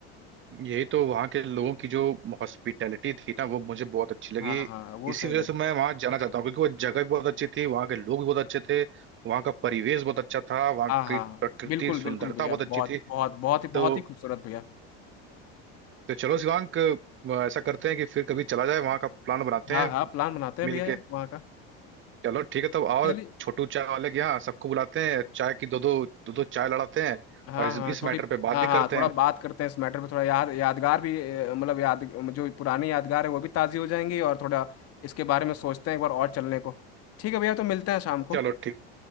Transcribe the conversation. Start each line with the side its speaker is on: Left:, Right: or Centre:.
Right: यही तो वहाँ के लोगों की जो हॉस्पिटैलिटी थी ना वो मुझे बहुत अच्छी लगी
Left: हाँ हाँ वो
Right: इसी
Left: सही
Right: वजह
Left: लगा
Right: से मैं वहाँ जाना चाहता हूँ क्योंकि वो जगह भी बहुत अच्छी थी वहाँ के लोग भी बहुत अच्छे थे वहाँ का परिवेश बहुत अच्छा था वहाँ
Left: हाँ हाँ
Right: की
Left: हाँ,
Right: प्रकृति
Left: बिल्कुल
Right: सुंदरता
Left: बिल्कुल भैया
Right: बहुत
Left: बहुत
Right: अच्छी थी
Left: बहुत बहुत ही बहुत
Right: तो
Left: ही खूबसूरत भैया
Right: तो चलो शिवांग अ, ऐसा करते हैं कि फिर कभी चला जाए वहां का प्लान बनाते
Left: हाँ
Right: हैं
Left: हाँ प्लान बनाते हैं
Right: मिलके
Left: भैया वहाँ का
Right: चलो ठीक है तब आओ
Left: चलिए
Right: छोटू चाय वाले के यहाँ सबको बुलाते हैं चाय की दो दो दो दो चाय लड़ाते हैं
Left: हाँ
Right: और इस,
Left: हाँ
Right: इस
Left: थोड़ी
Right: मैटर पे बात
Left: हाँ
Right: भी
Left: हाँ
Right: करते
Left: थोड़ा
Right: हैं
Left: बात करते हैं इस मैटर पे थोड़ा याद यादगार भी अ, मतलब याद जो पुरानी यादगार है वो भी ताज़ी हो जाएंगी और थोड़ा इसके बारे में सोचते हैं एक बार और चलने को ठीक है भैया तो मिलते हैं शाम को
Right: चलो ठीक